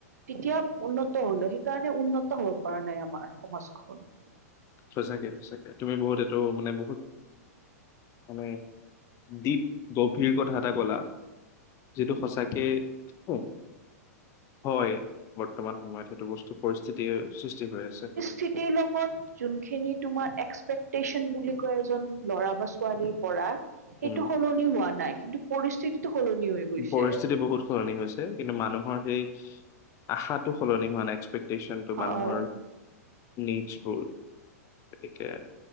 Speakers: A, on the right; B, on the left.
A: তেতিয়া উন্নত হল হয় সেইকাৰণে উন্নত হব পাৰা নাই আমাৰ সমাজখন
B: সচাকে সচাকে তুমি বহুত এইটো মানে বহুত মানে দীপ গভীৰ কথা এটা কলা যিটো সঁচাকে অ হয় বৰ্তমান সময়ত সেইটো বস্তু পৰিস্থিতিৰ সৃষ্টি হৈ আছে
A: চিটিৰ লগত যোনখিনি তোমাৰ এক্সপেকটেচন বুলি কয় এজন ল'ৰা বা ছোৱালীৰ পৰা সেইটো
B: উম
A: সলনি হোৱা নাই কিন্তু পৰিস্থিতিটো সলনি হৈ গৈছে
B: পৰিস্থিতি বহুত সলনি হৈছে কিন্তু মানুহৰ সেই আশাটো সলনি হোৱা নাই এক্সপেক এস্কপেচনটো
A: হয়
B: মানুহৰ নিডছবোৰ গতিকে